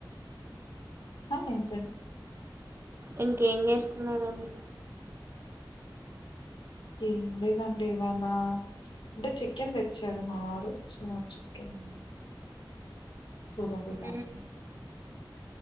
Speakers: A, on the left (about 80°); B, on the right (about 30°).
A: ఆా ఏజ
B: ఇంకేం చేస్తున్నారండి
A: ఏం లేదండి ఇవాళ అంటే చికెన్ తెచ్చారు మాారు సో చికెన్ కురుంబుదామ
B: ఉమ్.